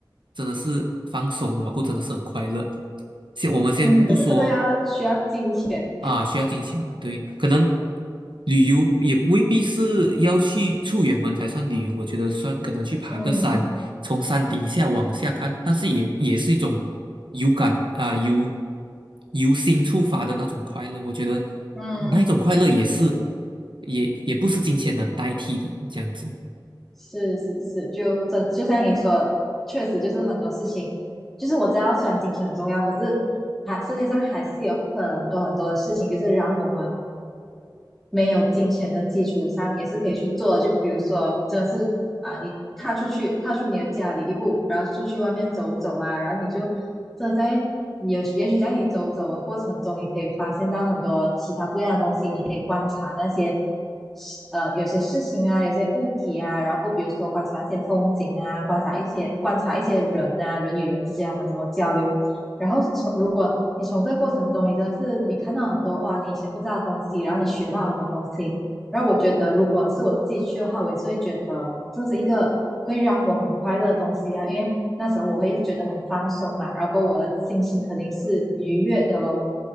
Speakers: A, on the right; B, in the centre.
A: 真的是放松，然后真的是很快乐。先我们先不说
B: 嗯，可是这个要需要金钱，
A: 啊，需要金钱，对，可能旅游也未必是要去出远门才算旅游，我觉得算可能去爬个山，
B: 嗯
A: 从山顶下往下看，但是也也是一种有感啊，由由心触发的那种快乐，我觉得
B: 嗯，
A: 哦那一种快乐也是也也不是金钱能代替的，这样子。
B: 是是是，就真就像你说，确实就是很多事情，就是我知道虽然金钱很重要，可是还世界上还是有很多很多的事情，就是让我们没有金钱的基础上，也是可以去做的。就比如说，真的是啊，你踏出去，踏出你的家里一步，然后出去外面走走啊，然后你就这在也也许在你走走的过程中，你可以发现到很多其他不一样的东西，你可以观察那些呃有些事情啊，有些物体啊，然后比如说观察一些风景啊，观察一些观察一些人啊，人与人之间他们怎么交流，然后从如果你从这个过程中，你真的是你看到很多哇，你以前不知道的东西，然后你学到很多东西。然后我觉得，如果是我自己去的话，我也是会觉得这是一个会让我很快乐的东西啊，因为那时候我会觉得很放松嘛，然后我的心情肯定是愉悦的咯。